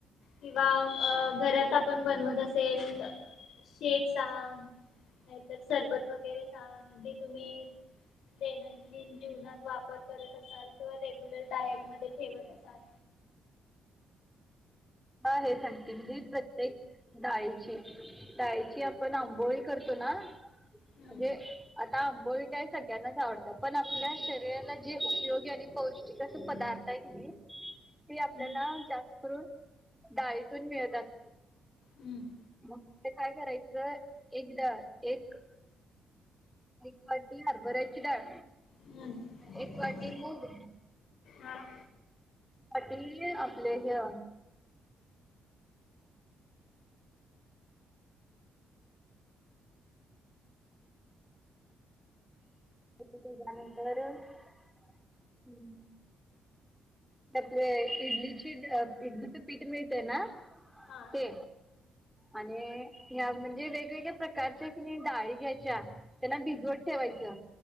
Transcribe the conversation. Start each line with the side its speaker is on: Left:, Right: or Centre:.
Left: किंवा घरात आपण बनवत असेल शेक सांग नाहीतर सरबत वगैरे सांगे जे तुम्ही दैनंदिन जीवनात वापर करत असाल किंवा रेग्युलर डायट मध्ये ठेवत असाल
Centre: हा हे सांगते म्हणे प्रत्येक डाळीची डाळीची आपण आंबोळी करतो ना म्हणजे
Left: हम्म.
Centre: आता आंबोळी काय सगळ्यांनाच आवडतं पण आपल्या शरीराला जे उपयोगी आणि पौष्टिक अस पदार्थ आहे ते आपल्याला
Left: अच्छा
Centre: जास्त करून डाळीतून मिळत असत
Left: हम्म
Centre: मग ते काय करायचं एकदा एक एक वाटी हरबऱ्याची डाळ
Left: हम्म
Centre: एक वाटी मूग
Left: हा.
Centre: सा आपले हे तेच्यानंतर हम्म. आपले इडलीची इडलीच पीठ मिळतय ना.
Left: हा.
Centre: ते आणि ह्या म्हणजे वेगवेगळ्या प्रकारच्या किने डाळी घ्यायच्या. त्यांना भिजवत ठेवायचं.